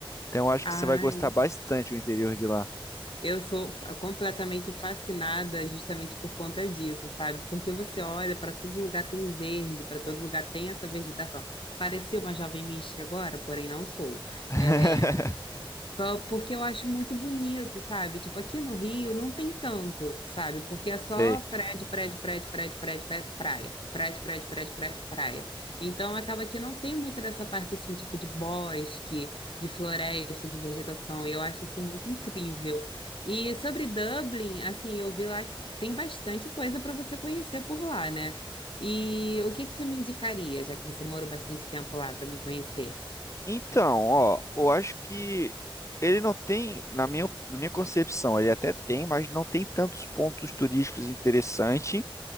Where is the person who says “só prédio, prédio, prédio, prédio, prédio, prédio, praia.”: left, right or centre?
Left